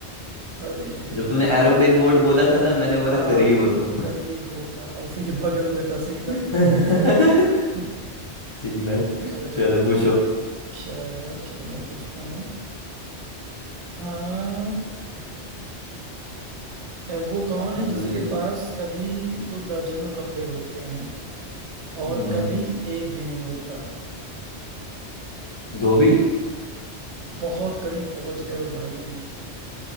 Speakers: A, on the right (about 80°); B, on the left (about 35°).
A: अरे
B: जब तुमने
A: यार
B: एरोप्लेन मोड बोला था ना मैंने बोला
A: हाँ
B: करीब हो तुम
A: करीब हो हाँ, उसी के बगल में था सिग्नल
B: <laughs>
A: <laughs>
B: सिग्नल
A: अरे
B: चलो
A: यार
B: पूछो
A: अच्छा चलो मैं पूछता हूँ हाँ ए, वो कौन है जिसके
B: जल्दी
A: पास कभी तो दर्जनों कपड़े होते हैं और
B: हम्म
A: कभी एक भी नहीं होता
B: धोबी
A: बहुत करीब पहुंच गए हो भाई